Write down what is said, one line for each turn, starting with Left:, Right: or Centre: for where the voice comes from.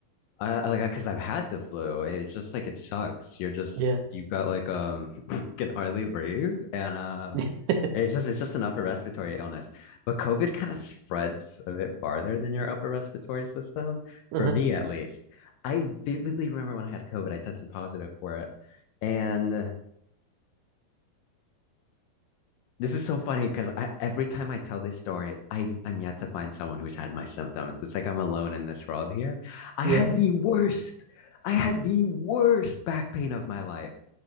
Left: I I- like because I've had the flu. It's just like it sucks. You're just
Right: Yeah.
Left: you've got like um <laughs> can hardly breathe and um
Right: <laughs>
Left: it's just it's just an upper respiratory illness. But COVID kind of spreads a bit farther than your upper respiratory system,
Right: Uh-huh.
Left: for me at least. I vividly remember when I had COVID, I tested positive for it. And this is so funny because every time I tell this story, I, I'm yet to find someone who's had my symptoms. It's like I'm alone in this world here. I
Right: Yeah.
Left: had the worst, I had the worst back pain of my life.